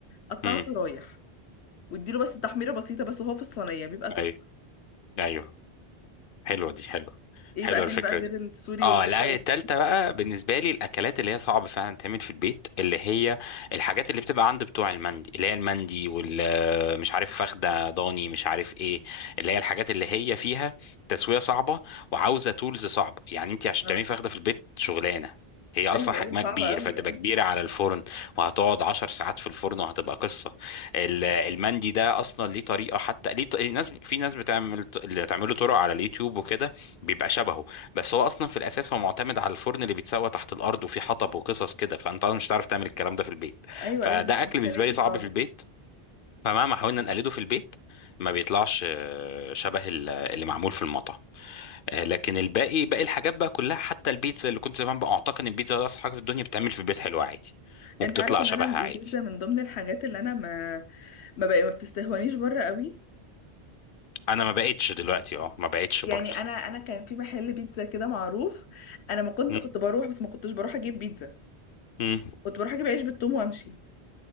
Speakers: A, on the left (about 85°); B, on the left (about 60°).
A: قطعه
B: امم
A: شرايح واديله بس تحميره بسيطه بس وهو في الصينيه بيبقى تحفه
B: ايوه ايوه حلوه دي حلوه
A: ايه
B: حلوه
A: بقى تاني
B: الفكره
A: بقى غير
B: دي.
A: السوري
B: اه
A: والكشري
B: لا هي التالتة بقى بالنسبة لي الأكلات اللي هي صعب فعلا تعمل في البيت اللي هي الحاجات اللي بتبقى عند بتوع المندي اللي هي المندي وال آه، مش عارف فخدة ضاني مش عارف ايه اللي هي الحاجات اللي هي فيها تسوية صعبة وعاوزة تولز صعبة يعني انت عشان
A: اه
B: تعملي فخدة في البيت شغلانة هي اصلا
A: ايوه
B: حجمها
A: ايوه صعبه
B: كبير
A: قوي
B: فتبقى
A: اه
B: كبيره على الفرن وهتقعد عشر ساعات في الفرن وهتبقى قصه ال- المندي ده اصلا ليه طريقه حتى ليه ط- ناس في ناس بتعمل اللي بتعمله طرق على اليوتيوب وكده بيبقى شبهه بس هو اصلا في الاساس هو معتمد على الفرن اللي بيتسوى تحت الارض وفيه حطب وقصص كده فانت أصلاً مش هتعرف تعمل الكلام ده في البيت
A: ايوه
B: فده
A: ايوه بيبقى
B: اكل
A: امكانياته
B: بالنسبه لي صعب
A: صعبه
B: في البيت فمهما حاولنا نقلده في البيت ما بيطلعش آه، شبه ال- اللي معمول في المطعم آه، لكن الباقي باقي الحاجات بقى كلها حتى البيتزا اللي كنت زمان بقى اعتقد ان البيتزا ده اصعب حاجه في الدنيا بتعمل في البيت حلوه عادي وبتطلع
A: انت عارف ان
B: شبهها
A: انا البيتزا
B: عادي
A: من ضمن الحاجات اللي انا ما ما بقى ما بتستهونيش بره قوي
B: انا ما بقتش دلوقتي اه ما بقتش
A: يعني
B: برضه
A: انا انا كان في محل بيتزا كده معروف انا ما كنت
B: مم.
A: كنت بروح بس ما كنتش بروح اجيب بيتزا
B: مم.
A: كنت بروح اجيب عيش بالثوم وامشي